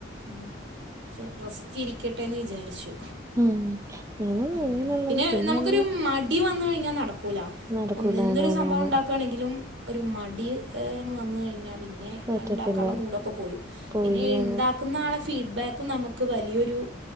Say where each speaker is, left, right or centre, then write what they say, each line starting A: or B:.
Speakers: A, on the right; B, on the right.
A: ഉം പൊ റെസ്റ്റി രിക്കട്ടെന്ന് വിചാരിച്ചു
B: ഉം ഞാനും
A: ഉം
B: ഇങ്ങനെയുള്ളത്
A: പിന്നെ നമുക്കൊരു
B: വല്ല
A: മടി വന്ന് കഴിഞ്ഞാ നടക്കൂല
B: നടക്കൂല
A: ഒന്ന് എന്തൊരു
B: ആണാണാണ്
A: സംഭവം ണ്ടാക്കാണെങ്കിലും ഒരു മടി ഏണ് വന്ന് കഴിഞ്ഞാ പിന്നെ
B: പറ്റത്തില്ല
A: അത് ണ്ടാക്കാള്ള മൂടൊക്കെ പോയും
B: പോയി
A: പിന്നി ഇണ്ടാ
B: ആണ്
A: ക്കുന്ന ആളെ ഫീഡ്ബാക്കും നമുക്ക് വലിയൊരു